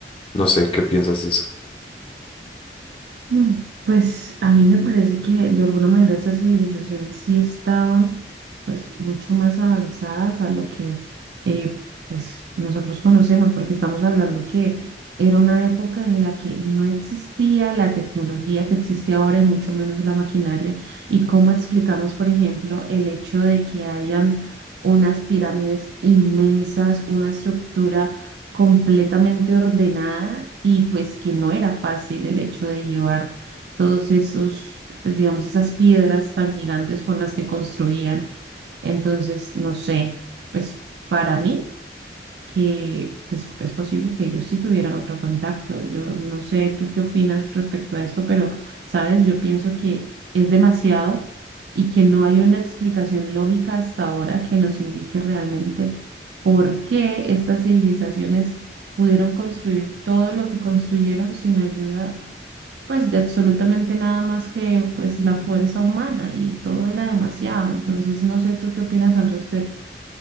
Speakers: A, on the left (about 30°); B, on the right (about 65°).
A: No sé qué piensas de eso.
B: mm, pues a mí me parece que de alguna manera esas civilizaciones sí estaban pues mucho más avanzadas a lo que eh, pues nosotros conocemos, porque estamos hablando que era una época en la que no existía la tecnología que existe ahora y mucho menos la maquinaria. Y cómo explicamos, por ejemplo, el hecho de que hayan unas pirámides inmensas, una estructura completamente ordenada y pues que no era fácil el hecho de llevar todos esos, pues digamos, esas piedras tan gigantes con las que construían. Entonces, no sé, pues para mí que pues, es posible que ellos sí tuvieran otro contacto. Yo no sé tú qué opinas respecto a esto, pero sabes, yo pienso que es demasiado y que no hay una explicación lógica hasta ahora que nos indique realmente por qué estas civilizaciones pudieron construir todo lo que construyeron sin ayuda. pues de absolutamente nada más que pues la fuerza humana y todo era demasiado. Entonces, no sé tú qué opinas al respecto.